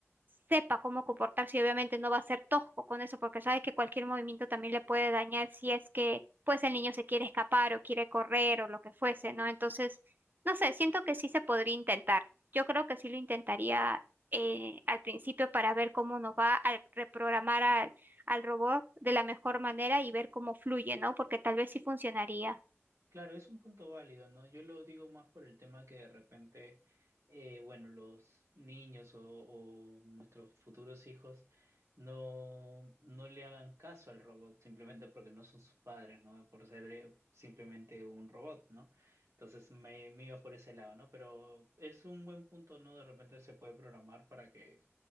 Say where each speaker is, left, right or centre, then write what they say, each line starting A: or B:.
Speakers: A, on the right; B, on the right.
A: sepa cómo comportarse y obviamente no va a ser tosco con eso porque sabe que cualquier movimiento también le puede dañar si es que pues el niño se quiere escapar o quiere correr o lo que fuese, ¿no? Entonces, no sé, siento que sí se podría intentar. Yo creo que sí lo intentaría eh, al principio para ver cómo nos va al reprogramar al, al robot de la mejor manera y ver cómo fluye, ¿no? Porque tal vez sí funcionaría.
B: Claro, es un punto válido, ¿no? Yo lo digo más por el tema que de repente, eh, bueno, los niños o, o nuestros futuros hijos no, no le hagan caso al robot simplemente porque no son sus padres, ¿no? Por ser eh, simplemente un robot, ¿no? Entonces me, me iba por ese lado, ¿no? Pero es un buen punto, ¿no? De repente se puede programar para que,